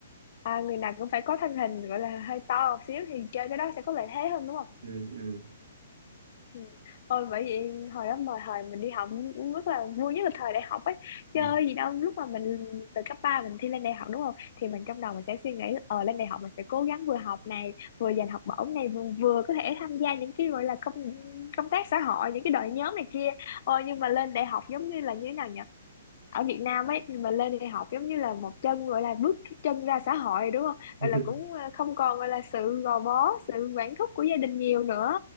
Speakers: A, on the left; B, on the right.
A: à, người nào cũng phải có thân hình gọi là hơi to một xíu thì chơi cái đó sẽ có lợi thế hơn đúng không
B: ừ, ừ,
A: Ừ. Ôi bởi vậy hồi đó mà thời mình đi học cũng rất là vui nhất là thời đại học ấy
B: ừ.
A: chơi gì đâu lúc mà mình từ cấp 3 mình thi lên đại học đúng không thì mình trong đầu mình sẽ suy nghĩ là, ờ lên đại học mình sẽ cố gắng vừa học này vừa giành học bổng này vừa, vừa có thể tham gia những cái gọi là công công tác xã hội những cái đội nhóm này kia ôi nhưng mà lên đại học giống như là như thế nào nhỉ ở Việt Nam ấy mà lên đại học giống như là một chân gọi là bước chân ra xã hội đúng không?
B: <laughs>
A: Gọi là cũng ờ, không còn gọi là sự gò bó, sự quản thúc của gia đình nhiều nữa.